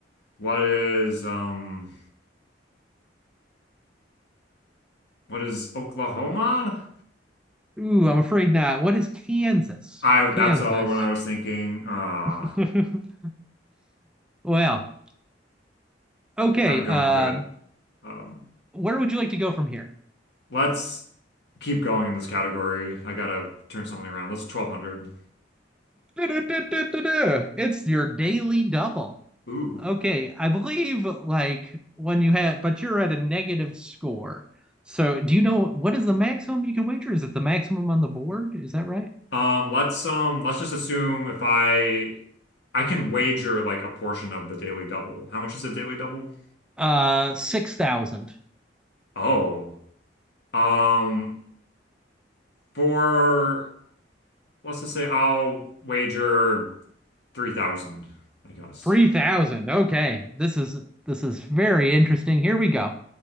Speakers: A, on the left; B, in the centre.
A: What is, um, what is Oklahoma?
B: Ooh, I'm afraid not. What is Kansas?
A: I,
B: Kansas.
A: that's the other one I was thinking. Uh,
B: <laughs> well, okay.
A: not going
B: Um,
A: good. Um,
B: where would you like to go from here?
A: let's keep going in this category. I gotta turn something around. Let's 1200.
B: It's your daily double.
A: Ooh.
B: Okay, I believe like when you had, but you're at a negative score. So, do you know what is the maximum you can wager? Is it the maximum on the board? Is that right?
A: Um, let's, um, let's just assume if I, I can wager like a portion of the daily double. How much is a daily double?
B: Uh, six thousand.
A: Oh. Um, For let's just say I'll wager 3,000, I guess.
B: Three thousand. Okay. This is this is very interesting. Here we go.